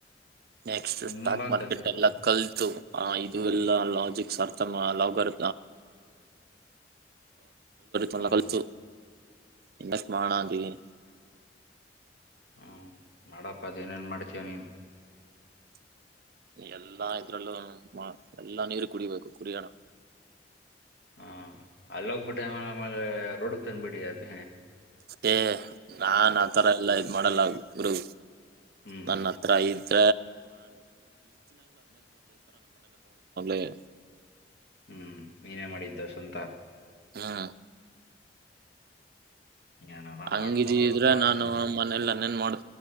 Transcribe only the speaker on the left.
ತುಂಬಾ
ಕಲ್ತಿರ್ಬೇಕು
ಹ್ಮ್
ಹ್ಮ ಮಾಡಪ್ಪ ಅದೇನೇನ್ ಮಾಡ್ತೀಯ ನೀನ್
ಹ ಅಲ್ಲಿ ಹೋಗ್ಬಿಟ್ಟ ಆಮ ಆಮೇಲೆ ರೋಡ್ಗ್ ತಂದಬಿಡಿ ಅದ
ಹ್ಮ್
ಹ್ಮ್ ನೀನೇ ಮಾಡಿದ್ದು ಸ್ವಂತ
ಏನಾನ
ಮಾಡ್ಕೊಂಡ್ ಹೋಗಪ್ಪ
ನಿನ್